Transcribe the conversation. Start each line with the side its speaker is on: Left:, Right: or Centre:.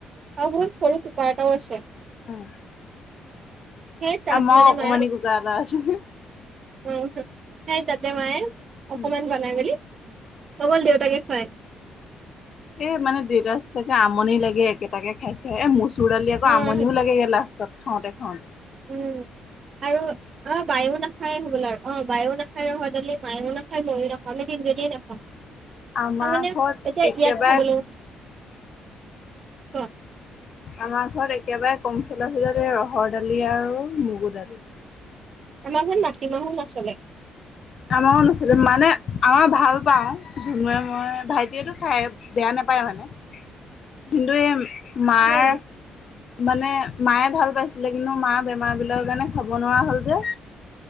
Right: অ বহুত সৰু কোকাৰ এটাও আছে।
Left: উম।
Right: সেই তাত
Left: আমাৰও
Right: মানে
Left: অকমানি
Right: মায়ে
Left: কোকাৰ এটা আছে।
Right: উম, হু সেই তাতে মায়ে অকমান
Left: উম,
Right: <unintelligible> বনাই মেলি অকল দেউতাকে খুৱাই।
Left: এ মানে দেউতাৰচ চাগে আমনি লাগে একেটাকে খাই- খাই এ মচুৰ দালি আকৌ
Right: উম
Left: আমনিও
Right: হৈছে
Left: লাগেগে লাষ্ট। তাত খাওঁতে -খাওঁতে।
Right: উম, আৰু অ বায়ো নাখাই হবলা আৰু অ বায়ো নাখায় ৰহ দালি মায়ো নাখায় ময়ো নাখওঁ আমি তিনজনীয়ে নখাওঁ। তাৰ
Left: আমাৰ
Right: মানে
Left: ঘৰত
Right: এতিয়া ইয়াত
Left: একেবাৰে
Right: খাবলো ক।
Left: আমাৰ ঘৰত একেবাৰে কম চলা ফিৰা এই ৰহৰ দালি আৰু মগু দালি।
Right: আমাৰ ঘৰত মাটিমাহো নচলে।
Left: আমাৰও নচলে মানে আমাৰ ভাল পাওঁ। ধুনোৱে মই ভাইটিয়েটো খাই বেয়া নাপায় মানে কিন্তু ভিনদেউয়েম মায়ে
Right: মইও
Left: মানে মায়ে ভাল পাইছিলে কিন্তু মাৰ বেমাৰ বিলাকৰ কাৰণে খাব নোৱাৰা হ'ল যে।